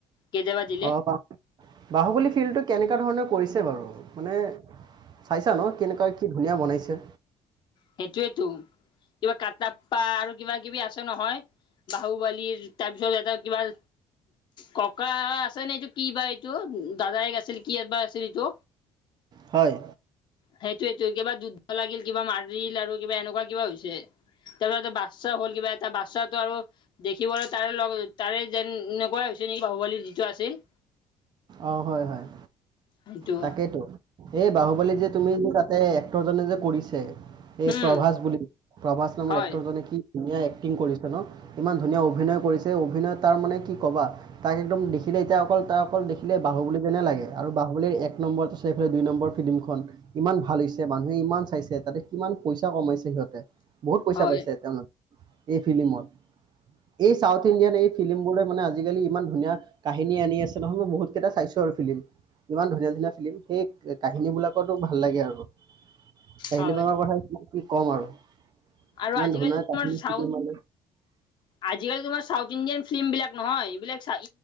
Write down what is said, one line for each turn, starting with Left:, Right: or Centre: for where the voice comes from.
Left: কেতিয়াবা দিলে
Right: অ বাহুবলী ফিল্ডটো কেনেকুৱা ধৰণে কৰিছে বাৰু মানে- চাইছা ন কেনেকুৱা কি ধুনীয়া বনাইছে।
Left: সেইটোৱেতো, কিবা কটাপ্পা আৰু কিবা কিবি আছে নহয় বাহুবলি তাৰ পিছত এটা কিবা? ককা আছে নে এইটো কি বা এইটো দাদাই আছিল কি বা আছিল এইটো?
Right: হয়।
Left: সেইটোইটো কিবা যুদ্ধ লাগিল কিবা মাৰিল আৰু কিবা এনেকুৱা কিবা হৈছে। তেওঁতত বাচ্ছা হ'ল কিবা এটা বাচ্ছা আৰু। দেখিবলৈ তাৰে লগ তাৰে যেন এনেকুৱাই হৈছে নেকি বাহুবালী যিটো আছিল।
Right: অ হয় হয়
Left: সেইটো
Right: তাকেইতো এই বাহুবলী যে তুমি যে তাতে এক্টৰজনে যে কৰিছে এই
Left: উম
Right: প্ৰভাজ বুলি, প্ৰভাজ নামৰ
Left: হয়
Right: এক্টৰজনে কি? ধুনীয়া এক্টিং কৰিছে ন, ইমান ধুনীয়া অভিনয় কৰিছে অভিনয় তাৰ মানে কি কবা। তাক একদম দেখিলে এতিয়া অকল তাৰ অকল। আছিলে বাহুবলী যেনে লাগে আৰু বাহুলীৰ এক নম্বৰত আছে এইফালে দুই নম্বৰ ফিল্মখন ইমান ভাল হৈছে মানুহে ইমান চাইছে তাতে কিমান পইচা কমাইছে সিহঁতে বহুত পইচা
Left: হয়
Right: পাইছে তেওঁলোক। এই ফিল্মত এই চাউথ ইণ্ডিয়ান এই ফিল্ম বোৰে মানে আজিকালি ইমান ধুনীয়া কাহিনী আনি আছে নহয় মই বহুত কেইটা চাইছো আৰু ফিলিম ইমান ধুনীয়া ধুনীয়া ফিল্ম সেই কাহিনীবিলাকতো ভাল লাগে আৰু। কাহিলীপাৰা
Left: হয়
Right: কথা কি কি কম আৰু।
Left: আৰু
Right: ইমান
Left: আজিকালি
Right: ধুনীয়া কাহিনী
Left: তোমাৰ চাউথ
Right: ফিল্ম মানে
Left: আজিকালি তোমাৰ চাউথ ইণ্ডিয়ান ফিল্ম বিলাক নহয় এইবিলাক